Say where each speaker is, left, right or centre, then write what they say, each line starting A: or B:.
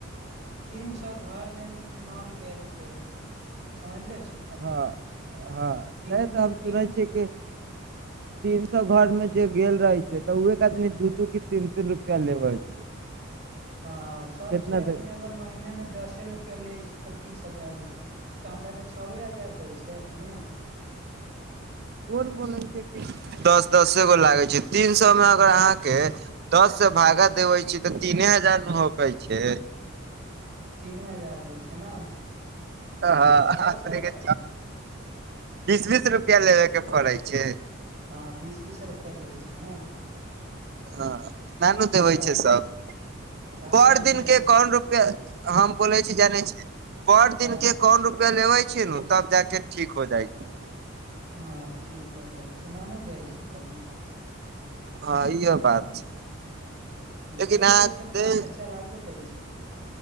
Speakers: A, on the right (about 30°); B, on the right (about 50°).
A: तीन सौ घर मे नल गेल छै समझले छै।
B: ह ह
A: तीनू
B: तै तऽ
A: गो
B: हम सुनै
A: तीनू
B: छियै कि। तीन सौ घर मे जे गेल रहे छै त उहे के आदमी दू दू कि तीन तीन रूपा लेवे छै
A: हँ सभ
B: केतना
A: से अपने
B: दे
A: अगर महिना मे दसे रुपआ लै छै तऽ तीस हजार होइ छै। तऽ हमरा के छओ हजार दै छै अपने
B: कोन बोलै छै कि दस दस गो लागै छै तीन सए मे अगर अहाँकेँ दस से भागा देबै छी तऽ तीने हजार ने होकै छै।
A: तीने हजार होइ छै ने
B: अपने
A: तऽ छओ सौ घर
B: के बीस बीस रुपया लेबे के पड़ै छै
A: हँ बीस बीस रुपया लै छै न
B: हँ नानू देबै
A: तब
B: छै सब
A: हँ
B: पर
A: ननू
B: दिन
A: दै
B: के
A: छै
B: कौन रूप पे हम बोलै छी जानै छी पर
A: हँ
B: दिन के पर रुपया लेबे छियै नु तब जा के ठीक हो जाइ छै
A: हँ ठीक हो जाइ छै नानू जाय छियै कहूं
B: हँ इहो बात छै लेकिन
A: दे दैय
B: अहाँ
A: छै तऽ
B: दे
A: हम तऽ चलाइए दै छी